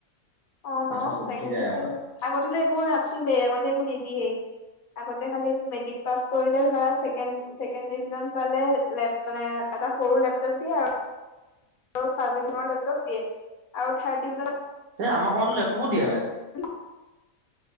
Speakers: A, on the left; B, on the right.
A: অ ন
B: মাথা চুল
A: চাইকেল
B: উঠি যায়
A: চাইকেল
B: আৰু।
A: আগতে একো নাতিছিলেই আগতে একো নিদিয়েই আগতে খালি মেট্ৰিক পাছ কৰিলে ধৰা ছেকেণ্ড ডিভিজন পালে লেপ মানে এটা সৰু লেপটপ দিয়ে আৰু আৰু ফাৰ্ষ্ট ডিভিজনত লেপটপ দিয়ে, আৰু থাৰ্ড
B: এই আমাৰ সময়তো লেপটপো দিয়া
A: <unintelligible>